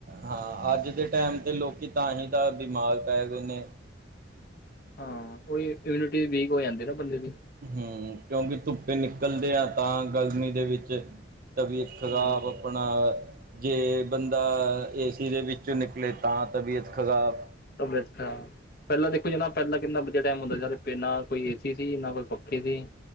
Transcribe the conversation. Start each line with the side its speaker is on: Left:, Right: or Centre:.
Right: ਹਾਂ, ਅੱਜ ਦੇ ਟਾਈਮ ਤੇ ਲੋਕੀ ਤਾਂ ਹੀ ਤਾਂ ਬਿਮਾਰ ਪੈ ਗਏ ਨੇ।
Left: ਹਾਂ, ਉਹੀ ਇਮਿਊਨਿਟੀ ਵੀਕ ਹੋ ਜਾਂਦੀ ਨਾ ਬੰਦੇ ਦੀ।
Right: ਹਮ ਕਿਉਕਿ ਧੁੱਪੇ ਨਿਕਲਦੇ ਆ ਤਾਂ ਗਰਮੀ ਦੇ ਵਿੱਚ ਤਬੀਅਤ ਖਰਾਬ।
Left: ਹਾਂ
Right: ਆਪਣਾ ਜੇ ਬੰਦਾ ਏ ਸੀ ਦੇ ਵਿੱਚੋਂ ਨਿਕਲੇ ਤਾਂ ਤਬੀਅਤ ਖਰਾਬ।
Left: ਤਬੀਅਤ ਖਰਾਬ। ਪਹਿਲਾਂ ਦੇਖੋ ਜਾ ਪਹਿਲਾਂ ਕਿੰਨਾ ਵਧੀਆ ਟਾਈਮ ਹੁੰਦਾ ਸੀ। ਨਾ ਕੋਈ ਏ ਸੀ ਸੀ, ਨਾ ਕੋਈ ਪੱਖੇ ਸੀ।